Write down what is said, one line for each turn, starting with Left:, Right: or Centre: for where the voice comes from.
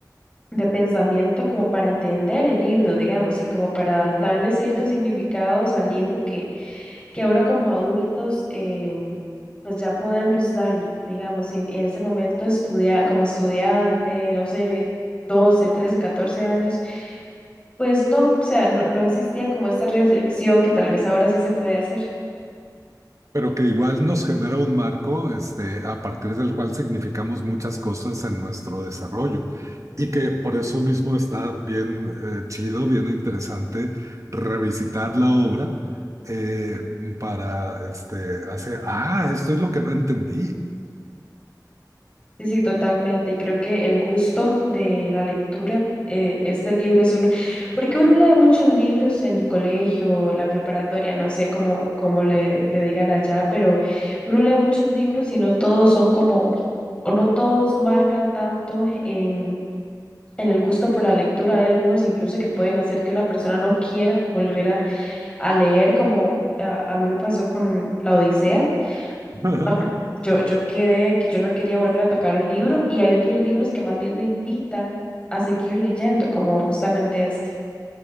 Left: de pensamiento como para entender el libro, digamos, y como para darle ciertos significados al libro que, que ahora como adultos eh, pues ya podemos darle, digamos, y en ese momento estudia, como estudiante, no sé, doce trece catorce años pues no, o sea, no, no existía como esta reflexión que tal vez ahora sí se puede hacer.
Right: Pero que igual nos genera un marco, este, a partir del cual significamos muchas cosas en nuestro desarrollo. Y que por eso mismo está bien eh, chido, bien interesante revisitar la obra eh, para este, hacer, ah, esto es lo que no entendí.
Left: Sí, sí, totalmente. Y creo que el gusto de la lectura, eh, este libro es uno, porque uno lee muchos libros en el colegio, la preparatoria, no sé cómo, cómo le, le digan allá, pero uno lee muchos libros y no todos son como, o no todos marcan tanto en, en el gusto por la lectura. Hay algunos incluso que pueden hacer que una persona no quiera volver a a leer, como a, a mí me pasó con La Odisea.
Right: <laughs>
Left: Ajá. Yo, yo quedé que yo no quería volver a tocar un libro y hay otros libros que más bien me invitan a seguir leyendo, como justamente este.